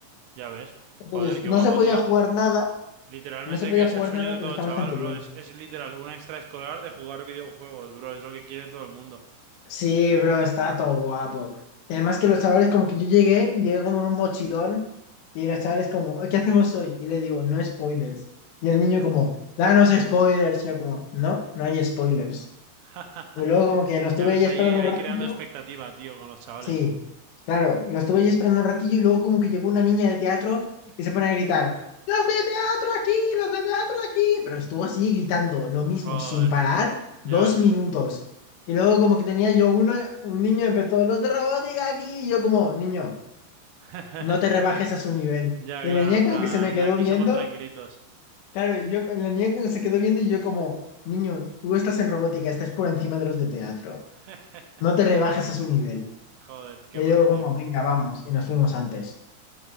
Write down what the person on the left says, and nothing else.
Entonces,
no
se podía
jugar nada,
no se podía
jugar
nada,
pero
está
bastante
bien.
Sí, bro, está todo guapo. Y además que los chavales, como que yo llegué, y llegué como en un mochilón, y los chavales como, ¿qué hacemos hoy? Y le digo, no spoilers. Y el niño como, danos spoilers. Y yo como, no, no hay spoilers.
Y luego como que lo estuve
ahí esperando
un ratillo
Sí, claro, lo estuve ahí esperando un ratillo y luego como que llegó una niña de teatro y se pone a gritar, ¡Los de teatro aquí! ¡Los de teatro aquí! Pero estuvo así gritando lo mismo,
sin parar,
dos
minutos. Y luego como que tenía yo uno, un niño empezó, ¡Los de robótica aquí! Y yo como, niño,
no te rebajes a su nivel.
Y
la niña
como
que se me quedó
viendo,
claro, y yo, la niña como que se quedó viendo y yo como, niño, tú estás en robótica, estás por encima de los de teatro.
No te rebajes a su nivel.
Y
yo como,
venga, vamos. Y nos fuimos antes.